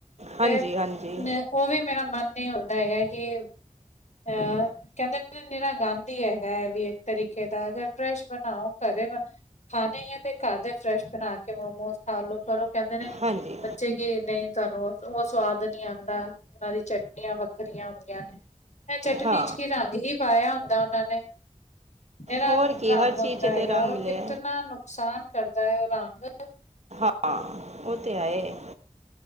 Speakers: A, on the right; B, on the left.
A: ਹਾਂਜੀ
B: ਤੇ,
A: ਹਾਂਜੀ
B: ਮੈਂ ਉਹ ਵੀ ਮੇਰਾ ਮਨ ਨਹੀਂ ਹੁੰਦਾ ਕਿ, ਅ ਕਹਿੰਦੇ ਨਿਰਾ ਗੰਦ ਈ ਹੈਗਾ ਆ ਵੀ ਇੱਕ ਤਰੀਕੇ ਦਾ ਨਾਲ ਫਰੈਸ਼ ਬਣਾਓ, ਘਰੇ ਖਾਣੇ ਹੀ ਆ ਤੇ ਘਰ ਦੇ ਫਰੈਸ਼ ਬਣਾ ਕੇ ਮੋਮੋਸ ਖਾਲੋ, ਪਰ ਉਹ ਕਹਿੰਦੇ ਨੇ
A: ਹਾਂਜੀ।
B: ਬੱਚੇ ਕੀ, ਨਹੀਂ ਤੁਹਾਨੂੰ ਉਹ ਸਵਾਦ ਨੀ ਆਉਂਦਾ। ਔਨਾਂ ਦੀ ਚਟਨੀਆਂ ਵੱਖਰੀਆਂ ਹੁੰਦੀਆਂ ਨੇ। ਐ ਚਟਨੀ
A: ਹਾਂ
B: 'ਚ ਕੀ ਰੰਗ ਹੀ ਪਾਇਆ ਹੁੰਦਾ ਉਹਨਾਂ ਨੇ, ਇਹਨਾ
A: ਹੋਰ
B: ਨੇ
A: ਕੀ
B: ਰੰਗ
A: ਹਰ
B: ਹੁੰਦਾ
A: ਚੀਜ਼ 'ਚ ਤੇ
B: ਹੈਗਾ,
A: ਰੰਗ
B: ਔਰ
A: ਮਿਲੇ
B: ਕਿਤਨਾ ਨੁਕਸਾਨ ਕਰਦਾ ਹੈ ਉਹ ਰੰਗ
A: ਹਾਂ ਉਹ ਤੇ ਹੈ।